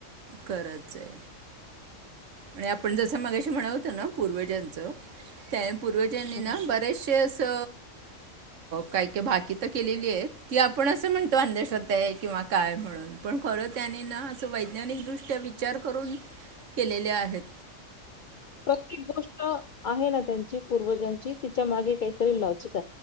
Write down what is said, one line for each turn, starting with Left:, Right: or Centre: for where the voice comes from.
Right: खंरच आहे. आणि आपण जस माग्याशी म्हणा होतं ना पूर्वज्यांच त्या. पूर्वजांनीना
Left: हम्म
Right: बरेचशसे. काही का भाकी तर केलेली आहे ती आपण असं म्हणतो अंधश्रद्धा आहे किंवा. म्हणून पण खर त्यांनी ना वैज्ञानिक दृष्ट्या विचार करून केले ल्या आहेत.
Left: प्रत्येक गोष्ट आहे ना त्यांची पूर्वजांची तिच्या मागे काहीतरी लॉजिक.